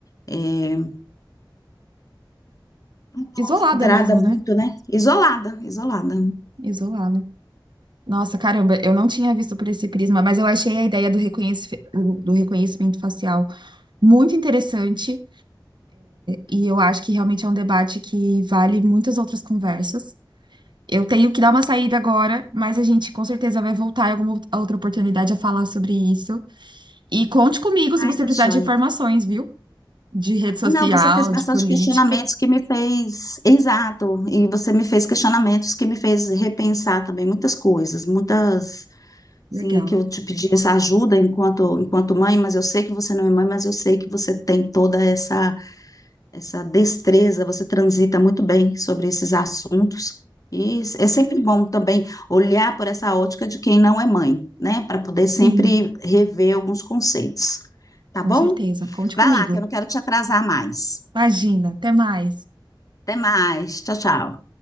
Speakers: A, on the left (about 45°); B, on the right (about 65°).
A: eh, um pouco
B: Isolada
A: vidrada
B: mesmo,
A: muito,
B: né?
A: né? Isolada, isolada.
B: Isolada. Nossa, caramba, eu não tinha visto por esse prisma, mas eu achei a ideia do reconheci- do reconhecimento facial muito interessante e eu acho que realmente é um debate que vale muitas outras conversas. Eu tenho que dar uma saída agora, mas a gente com certeza vai voltar em alguma outra oportunidade a falar sobre isso. E conte comigo se
A: Ai,
B: você
A: tá
B: precisar
A: joia.
B: de informações, viu? De rede social,
A: Ah, Não, você fez bastante
B: de política.
A: questionamentos que me fez, exato, e você me fez questionamentos que me fez repensar também muitas coisas, muitas,
B: Legal.
A: sim, que eu te pedi essa ajuda enquanto enquanto mãe, mas eu sei que você não é mãe, mas eu sei que você tem toda essa essa destreza, você transita muito bem sobre esses assuntos. E é sempre bom também olhar por essa ótica de quem não é mãe, né, para poder sempre
B: Sim,
A: rever alguns conceitos. tá
B: com
A: bom?
B: certeza. Conte
A: Vai
B: comigo.
A: lá, que eu não quero te atrasar mais.
B: Imagina. Até mais.
A: Até mais. Tchau, tchau.